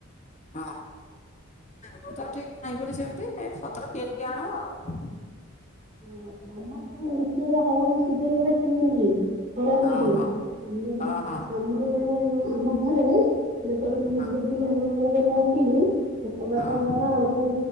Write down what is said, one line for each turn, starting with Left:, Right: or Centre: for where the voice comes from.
Left: ହଁ ମୁଁ ତ ଠିକ ନାହିଁ ବୋଲି ସେମିତି ଏ ପତ୍ର କିଣିକି ଆଣୁ ଆଉ
Right: ହଁ ଗ୍ରୀଷ୍ମ ଉତୁରରେ ହଳଦି ସିଯେକି ଢାକିବ ନି ଖରାପ
Left: ହଁ
Right: ହେଇଯାଏ
Left: ହଁ।
Right: ଆମ
Left: ଓହୋ
Right: ଆମର ଜଣେ ଆମ ଆରେ ଯେତେବେଳେ ମୁଁ
Left: ହଁ
Right: ବୁଝେଇଥିଲି ଆମର <inaudible> ହଁ କିରେ କେତେବେଳେ
Left: ହଁ
Right: କଣ ହେଲା ନା କି?